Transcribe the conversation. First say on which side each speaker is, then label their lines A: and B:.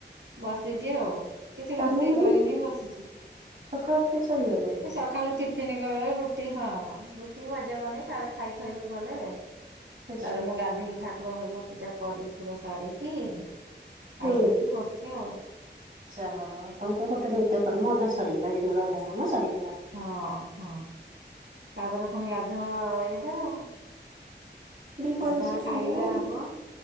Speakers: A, on the right; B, on the right.
A: ବସିଛି ଆଉ। କିଛି ରୋଷେଇ
B: କାମ ମାନେ
A: କରିନି ବସିଛି। ଏ
B: ସକାଳ ଖିଆ ସରିଗଲାଣି
A: ସକ ସଖାଳୁ ଟିଫିନ୍‌ କଲେ ରୁଟି ହଁ, ରୁଟି ଭଜା କନି ସାର୍‌ ଖାଇ ସାରିକି ଗଲେ।
B: ଆଚ୍ଛା
A: ତାପରେ ମୁଁ ଗାଧେଇକି ଠାକୁର ଘର ପୂଜା କରି କୁରା ସାରିକି ଖାଇ
B: ହୁଁ।
A: ଦେଇକି ବସିଚି ଆଉ।
B: ଆଚ୍ଛା ହଉ। ଆପଣଙ୍କର ଗୋଟେ ନିତ୍ୟକର୍ମ ଅଧା ସରିଗଲା ଦିନର ଅଧା କାମ ସରିଗଲା।
A: ହଁ, ହଁ। ତାପରେ ପୁଣି ଗାଧେଇବ ଇଏଟା ଆଉ।
B: ଦିପହର
A: ଗାଧା
B: ରୋଷେଇ
A: ଖାଇବା
B: ବନେଇବା ଆଉ
A: ହବ